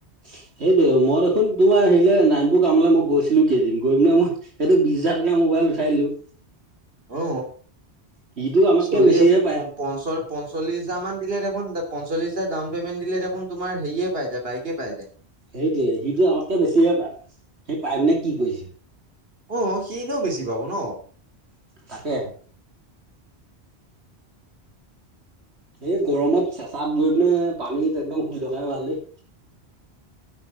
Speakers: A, on the right; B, on the right.
A: <inaudible> সেইটোৱে মই দেখোন তোৰ হেৰিলে নাইনপুৰ কামলৈ মই গৈছিলো কেইদিন। গৈ পিনে মই সেইটো বিছ হাজাৰ টকা মোবা কল উঠাই দিলো।
B: অ
A: সিটো আমাতকে
B: চল্লিছ
A: বেছিহে পায়
B: পঞ্চ পঞ্চল্লিছ হেজাৰ মান দিলে দেখোন পঞ্চল্লিছ হাজাৰ ডাউন পেমেণ্ট দিলে দেখোন তোমাৰ হেয়ে পাই যায় বাইকে পাই যায়।
A: সেইটোৱে, সিটো আমাতকে বেছিহে পায়। সি পাই পিনে কি কৰিছে?
B: অ, সি এনেও বেছি পাব ন।
A: তাকে। এই গৰমত চেঁচাত গৈ পিনে পানীত একদম শুই থকাই ভাল দেই।